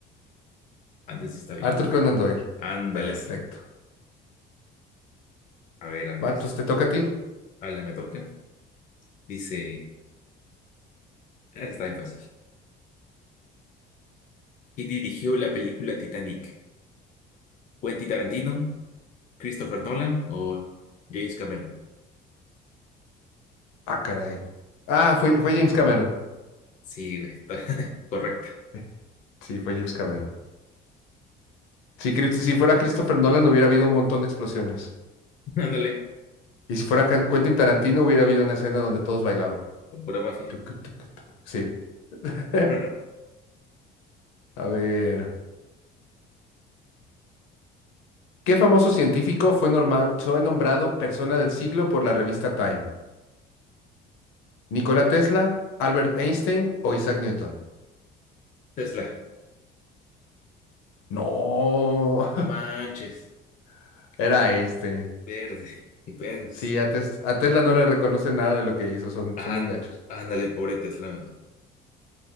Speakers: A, on the left; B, on the left.
A: Antes sí está bien.
B: Arthur Conan Doyle.
A: Ándale.
B: Perfecto.
A: sí. A ver, a ver.
B: Va, entonces te toca a ti.
A: Ahora me toca. Dice. Ah, esa está bien fácil. ¿Quién dirigió la película Titanic? ¿Quentin Tarantino? ¿Christopher Nolan o James Cameron?
B: Ah, caray. Ah, fue, fue James Cameron.
A: Sí, güey, está <laughs> correcta.
B: Eh, Sí, fue James Cameron. Si, Chris- si fuera Christopher Nolan, hubiera habido un montón de explosiones.
A: Ándale,
B: Y si fuera Can- Quentin Tarantino, hubiera habido una escena donde todos bailaban.
A: pura mafia.
B: Tucu, tucu, tucu. Sí. <laughs>
A: <laughs>
B: A ver. ¿Qué famoso científico fue, norma- fue nombrado persona del siglo por la revista Time? ¿Nikola Tesla, Albert Einstein o Isaac Newton?
A: Tesla,
B: No,
A: no manches,
B: <laughs> era Einstein.
A: verde, y pues,
B: Sí, a Tes- a Tesla no le reconoce nada de lo que hizo, son,
A: ajá,
B: son bien gachos.
A: ándale, pobre Tesla, güey.